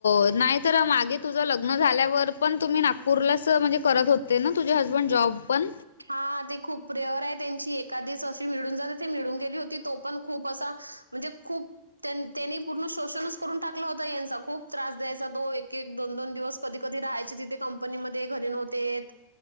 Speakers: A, on the left; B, on the right.
A: अ नाही तर मागे तुझं लग्न झाल्यावर पण, तुम्ही नागपूरला चं म्हणजे करत होते ना, तुझे हजबंड जॉब पण?
B: हां ते खूप रेअर ये त्यांची एखादीच अशी मिळून जाते, ती मिळून गेली होती, तो पण खूप असा म्हणजे खूप तेन त्यानी पूर्ण शोषणच करून टाकला होता, यांचा खूप त्रास द्यायचा तो एक-एक, दोन-दोन दिवस कधी-कधी राहायचे तिथे कंपनीमध्ये, घरी नव्हते येत.